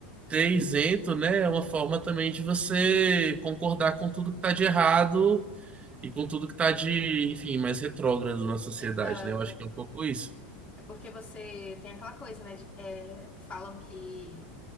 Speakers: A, on the right; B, on the left.
A: ser isento, né, é uma forma também de você concordar com tudo que tá de errado e com tudo que tá de, enfim, mais retrógrado na sociedade,
B: exato.
A: né? Eu acho que é um pouco isso.
B: É porque você tem aquela coisa, né? De, é, falam que